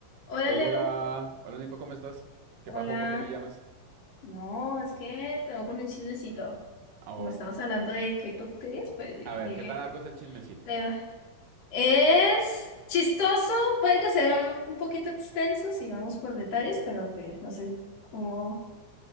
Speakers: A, on the left (about 40°); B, on the right (about 80°).
A: Hola
B: Hola,
A: Leo,
B: hola Nico, ¿cómo estás? ¿Qué
A: hola.
B: pajo? ¿Por qué me llamas?
A: No, es que tengo con un chismecito.
B: Oh,
A: Como estamos hablando de K-pop teorías, pues dije,
B: a ver, ¿qué tan largo es el chismecito?
A: Leo, es chistoso, puede que sea un poquito extenso si vamos por detalles, pero pues no sé cómo